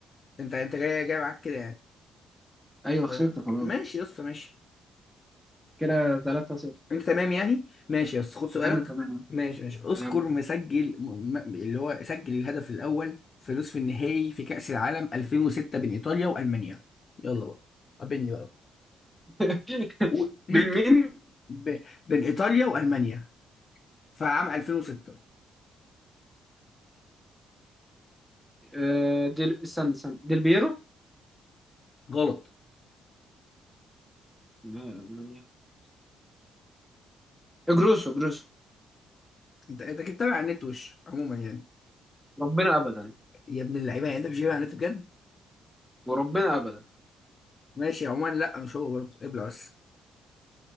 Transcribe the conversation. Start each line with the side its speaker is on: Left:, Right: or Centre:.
Left: انت انت جاي جاي معاك كده يعني
Centre: ايوه
Left: تمام.
Centre: خسرت خلاص
Left: ماشي يا اسطى ماشي
Centre: كده 3 0
Left: انت تمام يعني ماشي يا اسطى خد سؤالك
Centre: انا تمام
Left: ماشي ماشي اذكر
Centre: يلا
Left: مسجل م... م... اللي هو سجل الهدف الاول في نصف النهائي في كأس العالم 2006 بين ايطاليا والمانيا يلا بقى قابلني بقى
Centre: <laughs>
Left: وليك
Centre: بين مين
Left: ب... بين ايطاليا والمانيا في عام 2006
Centre: آه ديل استنى استنى ديل بيرو
Left: غلط
Centre: لا المانيا جروسو جروسو
Left: انت انت كنت متابع على النت وش عموما يعني
Centre: ربنا ابدا
Left: يا ابن اللعيبه يعني انت مش جايبها على النت بجد
Centre: وربنا ابدا
Left: ماشي عموما لا مش هو برضه ابلع بس